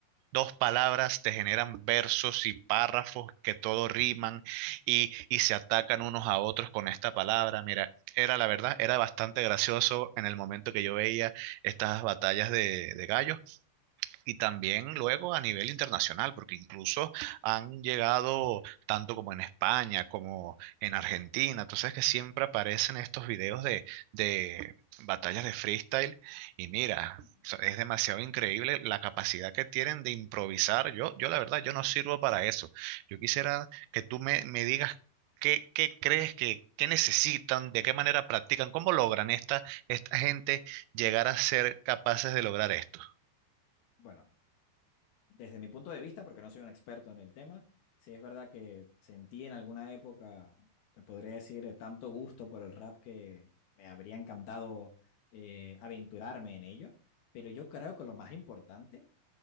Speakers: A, on the right; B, on the left.
A: dos palabras te generan versos y párrafos que todo riman y, y se atacan unos a otros con esta palabra. Mira, era la verdad, era bastante gracioso en el momento que yo veía estas batallas de, de gallos, y también luego a nivel internacional, porque incluso han llegado tanto como en España, como en Argentina. Entonces que siempre aparecen estos videos de, de batallas de freestyle y mira, o
B: Ujú.
A: sea, es demasiado increíble la capacidad que tienen de improvisar. Yo, yo la verdad, yo no sirvo para eso. Yo quisiera que tú me, me digas qué, qué crees que qué necesitan, de qué manera practican, cómo logran esta, esta gente llegar a ser capaces de lograr esto.
B: Bueno, desde mi punto de vista, porque no soy un experto en el tema, sí es verdad que sentí en alguna época, te podría decir, eh, tanto gusto por el rap que me habría encantado eh, aventurarme en ello, pero yo creo que lo más importante,